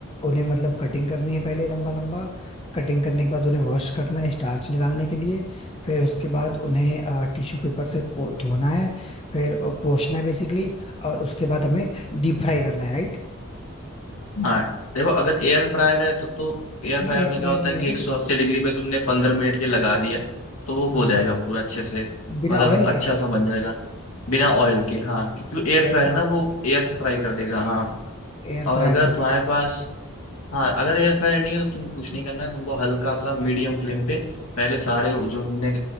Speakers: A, on the left; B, on the left.
A: उन्हें मतलब कटिंग करनी है पहले लंबा लंबा कटिंग करने के बाद उन्हें वॉश करना है स्टार्च निकालने के लिए फिर उसके बाद उन्हें टिश्यू पेपर से पो- धोना है फिर अ, पोंछना है बेसिकली और उसके बाद हमें डीप फ्राई करना है राइट
B: हाँ देखो अगर एयर फ्रायर है तो तो एयर
A: नहीं
B: फ्रायर
A: एयर
B: में
A: फ्रायर
B: क्या होता
A: नहीं
B: है कि
A: है
B: 180
A: भाई
B: डिग्री पे तुमने 15 मिनट के लगा दिया तो वो हो
A: हाँ
B: जाएगा पूरा अच्छे से
A: बिना
B: मतलब
A: ऑयल
B: एक अच्छा
A: के
B: सा बन जाएगा बिना ऑयल के हाँ क्योंकि एयर
A: एयर
B: फ्रायर ना वो एयर से फ्राई कर देगा हाँ
A: एयर
B: और
A: फ्रायर
B: अगर
A: तो नहीं
B: तुम्हारे पास हाँ अगर एयर फ्रायर नहीं है तो तुमको कुछ नहीं करना है तुमको हल्का सा मीडियम फ्लेम पे पहले सारे जो हमने